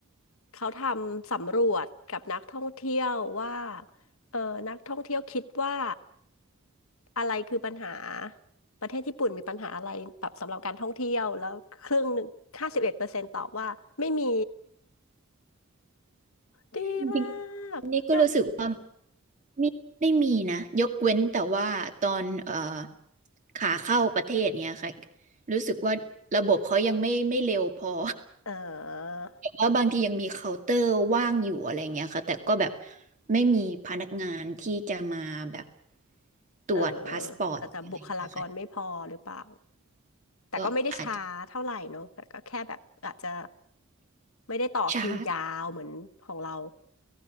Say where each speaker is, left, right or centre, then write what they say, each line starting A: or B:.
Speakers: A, on the left; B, on the right.
A: เขาทำสำรวจกับนักท่องเที่ยวว่าเออนักท่องเที่ยวคิดว่าอะไรคือปัญหาประเทศญี่ปุ่นมีปัญหาอะไรแบบสำหรับการท่องเที่ยวแล้วครึ่งหนึ่งห้าสิบเอ็ดเปอร์เซ็นต์ตอบว่าไม่มี <laughs> ดีมา
B: จริงๆนี่ก็รู้สึกว่า
A: กคือ
B: ไม่ได้มีนะยกเว้นแต่ว่าตอนเอ่อขาเข้าประเทศเนี้ยค่ะรู้สึกว่าระบบเขายังไม่ไม่เร็วพอ
A: เออ
B: แบว่าบางทียังมีเคาน์เตอร์ว่างอยู่อะไรเงี้ยค่ะแต่ก็แบบไม่มีพนักงานที่จะมาแบบตรวจพาสปอร์ตอะไรเงี้ยค่ะ
A: เออ อาจจะบุคลากรไม่พอหรือเปล่า แต่ก็ไม่ได้ช้าเท่าไหร่เนอะแต่ก็แค่แบบอาจจะ
B: ก็
A: ไม่ได้ต่อคิวยาวเหมือนของเรา
B: ช้า